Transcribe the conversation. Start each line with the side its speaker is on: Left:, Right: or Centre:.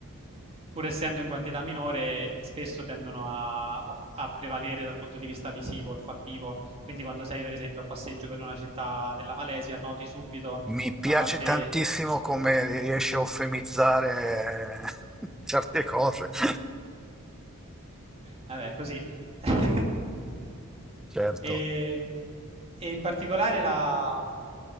Right: pur essendo in quantità minore, spesso tendono a, a- a prevalere dal punto di vista visivo, olfattivo. Quindi, quando sei, per esempio, a passeggio per una città della Malesia, noti subito
Centre: Mi piace
Right: la parte.
Centre: tantissimo come riesci a eufemizzare eh, <laughs> certe cose. <laughs>
Right: Vabbè, così. <laughs>
Centre: Certo.
Right: E, e in particolare la